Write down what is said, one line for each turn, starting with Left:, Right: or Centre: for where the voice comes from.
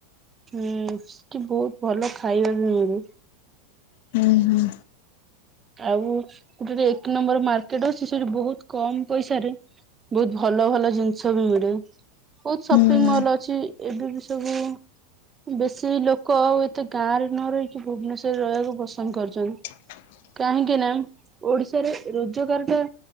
Right: ହୁଁ କି ବହୁତ ଭଲ ଖାଇବାକୁ ବି ମିଳେ।
Left: ହୁଁ ହୁଁ।
Right: ଆଉ ଗୋଟେ ଏକ ନମ୍ବର ମାର୍କେଟ ଅଛି, ସେଠି ବହୁତ କମ ପଇସାରେ ବହୁତ ଭଲ ଭଲ ଜିନିଷ ବି ମିଳେ ବହୁତ
Left: ହୁଁ।
Right: ସପିଙ୍ଗ ମଲ ଅଛି ଏବେ ବି ସବୁ ବେଶୀ ଲୋକ ଆଉ ଏତେ ଗାଁରେ ନ ରହିକି ଭୁବନେଶ୍ଵରରେ ରହିବାକୁ ପସନ୍ଦ କରୁଚନ୍ତି।
Left: <inaudible>
Right: କାହିଁକି ନା ଓଡିଶାରେ ରୋଜଗାର ଟା